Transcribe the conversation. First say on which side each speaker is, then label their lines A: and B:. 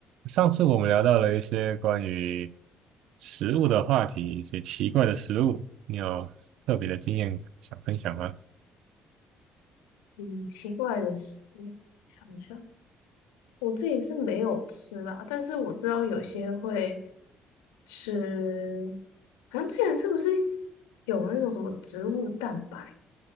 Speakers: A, on the right; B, on the left.
A: 上次我们聊到了一些关于食物的话题，一些奇怪的食物，你有特别的经验想分享吗？
B: 嗯，奇怪的食物，想想，我自己是没有吃啦，但是我知道有些会吃，好像之前是不是有那种什么植物蛋白？